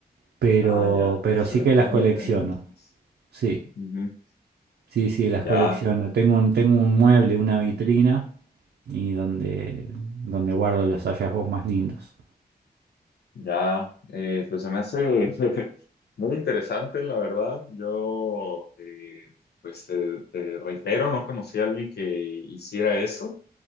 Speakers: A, on the right (about 75°); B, on the left (about 75°).
A: pero,
B: ah, ya,
A: pero
B: pues
A: sí
B: eventualmente,
A: que las colecciono.
B: ¿no? Entonces,
A: Sí,
B: ujú.
A: sí, sí, las
B: Ya
A: colecciono. Tengo un, tengo un mueble, una vitrina, y donde, donde guardo los hallazgos más lindos.
B: Ya, eh, pues se me hace <laughs> muy interesante, la verdad. Yo, eh, pues te, te reitero, no conocí a alguien que hiciera eso.